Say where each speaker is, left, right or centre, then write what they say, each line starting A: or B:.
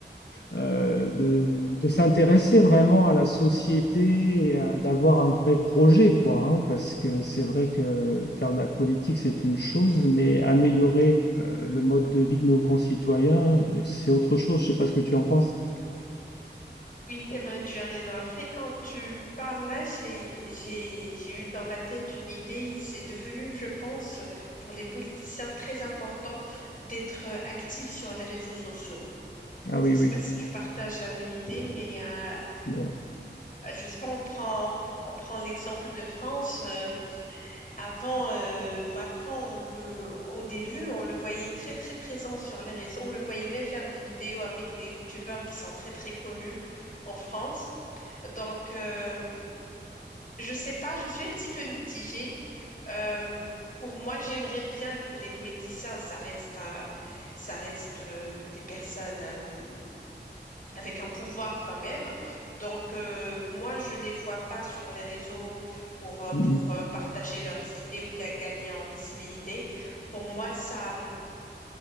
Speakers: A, on the left; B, on the left.
A: euh, de, de s'intéresser vraiment à la société, et à- d'avoir un vrai projet, quoi, hein, parce que c'est vrai que faire de la politique, c'est une chose, mais améliorer euh, le mode de vie de nos concitoyens, euh, c'est autre chose. Je sais pas ce que tu en penses.
B: Oui, c'est vrai, tu as raison. Après, quand tu parles là, j'ai, j'ai, j'ai eu dans la tête une idée. C'est devenu, je pense, pour les politiciens très important d'être euh, actifs sur les réseaux sociaux.
A: Ah
B: Je
A: oui,
B: ne sais
A: oui.
B: pas si tu partages la même idée, mais euh,
A: Ouais.
B: je ne sais pas, on prend, on prend l'exemple de France. euh, Avant euh, Macron, on le, au début, on le voyait très très présent sur les réseaux. On le voyait même faire des vidéos avec des youtubeurs qui sont très très connus en France. Donc, euh, je sais pas, je suis un petit peu mitigée. Euh, pour moi, j'aimerais bien que les politiciens, ça reste, euh, ça reste euh, des personnes. euh, avec un pouvoir quand même. Donc, euh, moi, je les vois pas sur les réseaux pour, euh, pour
A: Oui.
B: euh, partager leurs idées ou bien gagner en visibilité. Pour moi, ça, hum,